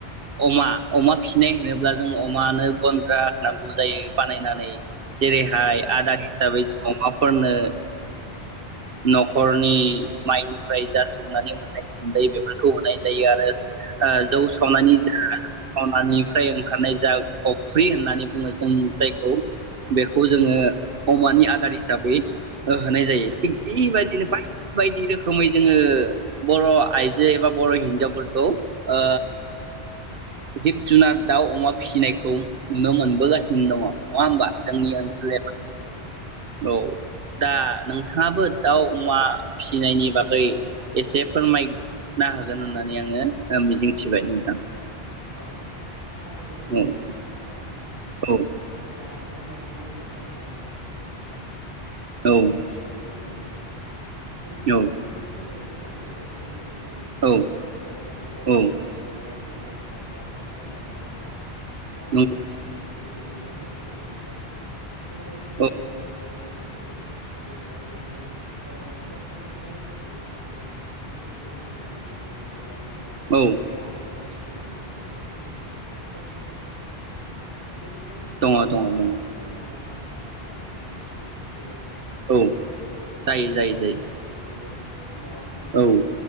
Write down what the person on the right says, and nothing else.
अमा अमा फिनाय होनोब्ला जों अमानो गन्द्रा होनांगौ जायो बानायनानै जेरैहाय
आदार
हिसाबै जों अमा फोरनो ओ न'खरनि माइनि -- ओमफ्राय जा सौनानै मोननाय गुन्दै बेफोरखौ होनाय जायो आरो जौ
सावनायनि
जा हानिफ्राय ओंखारनाय जा अफ्रि होननानै बुङो जों जायखौ बेखौ जोङो अमानि आदार हिसाबै होनाय जायो थिग बेबायायदिनो
बाय
बायदि रोखोम रोखोमै जोङो बर' आइजो एबा बर' हिन्जावफोरखौ ओ जिब जुनार दाउ अमा फिसिनायखौ नुनो मोनबोगासिनो दङ नङा होमबा
जोंनि
ओनसोल
औ दा नोंथाङाबो दाउ अमा फिसिनायनि बागै एसे फोरमायना होगोन होननानै आङो मिजिंथिबाय नोंथां ।
औ
औ
औ
औ
औ
औ
नंगौ
औ
औ
दङ दङ
दङ
औ
जायो
जायो जायो
औ